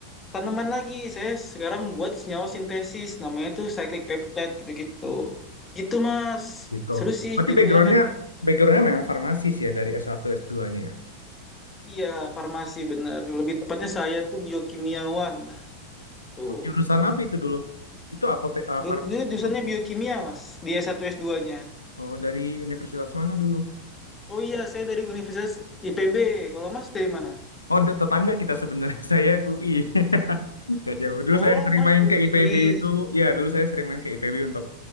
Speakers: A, on the left (about 20°); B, on the left (about 80°).
A: tanaman lagi. Saya sekarang buat senyawa sintesis namanya tuh cyclic peptide gitu-gitu. Gitu, Mas.
B: gitu.
A: Seru sih
B: Berarti
A: jadinya
B: backgroundnya
A: kan
B: backgroundnya memang farmasi sih ya dari S1 S2-nya ya.
A: Iya, farmasi bener. Lebih tepatnya saya tuh biokimiawan. Tuh.
B: Oh, Jurusan apa itu dulu? Itu apotek eh,
A: Dulu,
B: farmasi.
A: dulu jurusannya
B: Oh,
A: biokimia, Mas. Di S1, S2-nya.
B: oh, dari universitas mana dulu?
A: Oh iya, saya dari Universitas IPB. Kalau Mas dari mana?
B: Oh, de- tetangga kita sebenarnya. <laughs> Saya UI. <laughs> Gak jauh. Dulu
A: Oh,
B: saya sering
A: Mas
B: main
A: UI.
B: ke IPB itu. Ya, dulu saya sering main ke IPB untuk